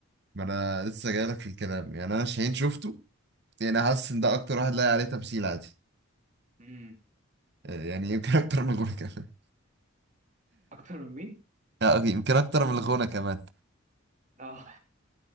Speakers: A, on the right (about 55°); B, on the right (about 35°).
A: ما انا لسه جايلك في الكلام يعني انا شاهين شفته يعني حاسس ان ده اكتر واحد لاقي عليه تمثيل عادي
B: امم
A: آه يعني يمكن <laughs> اكتر من الغنى كمان
B: اكتر من مين؟
A: آه، أوكي، يمكن اكتر من الغنى كمان
B: اه